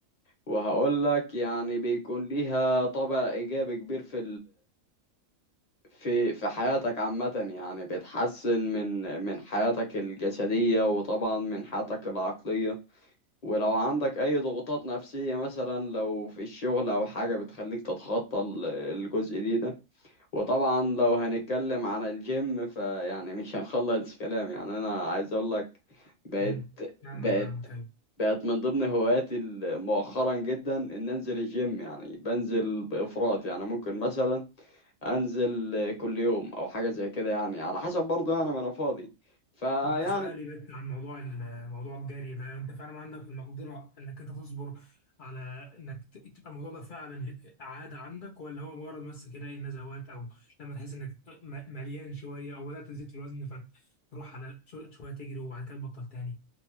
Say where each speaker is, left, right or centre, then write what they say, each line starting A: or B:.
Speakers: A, on the left (about 35°); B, on the left (about 65°).
A: وهقول لك يعني بيكون ليها طابع ايجابي كبير في في في حياتك عامة يعني بتحسن من من حياتك الجسدية وطبعا من حياتك العقلية ولو عندك أي ضغوطات نفسية مثلا لو في الشغل أو حاجة بتخليك تتخطى ال- الجزء دي ده وطبعا لو هنتكلم عن الجيم فيعني مش هنخلص كلام يعني أنا عايز أقول لك بقت
B: امم فاهمك
A: بقت
B: فاهمك ايوه
A: بقت من ضمن هواياتي ال- مؤخرا جدا إن أنزل الجيم يعني بنزل بإفراط يعني ممكن مثلا انزل كل يوم او حاجه زي كده يعني على حسب برضه يعني ما انا فاضي فيعني
B: طب انا سؤالي بس عن موضوع ال- موضوع الجري ده انت فعلا عندك المقدره انك انت تصبر على انك ت- تبقى الموضوع ده فعلا عاده عندك ولا هو مجرد بس كده ايه نزوات او لما تحس انك م- مليان شويه او بدات تزيد في الوزن فتروح على شو- شويه تجري وبعد كده تبطل تاني